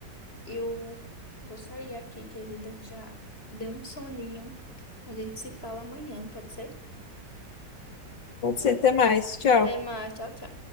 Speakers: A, on the left; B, on the left.
A: eu vou sair aqui, querida, que já deu um soninho. A gente se fala amanhã, pode ser?
B: Pode ser, até mais. Tchau.
A: Até mais, tchau, tchau.